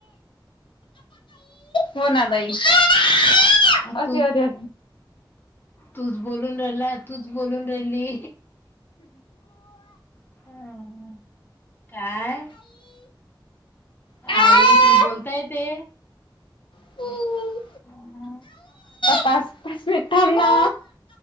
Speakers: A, on the left (about 80°); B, on the left (about 25°).
A: हो नालाई असशी
B: तू
A: होर
B: तूच बोलून राहिला तूच बोलून राहिली ह काय
A: हम्म.
B: आई तुला बोलताय ते
A: हो
B: अं,
A: पा पाचठम ना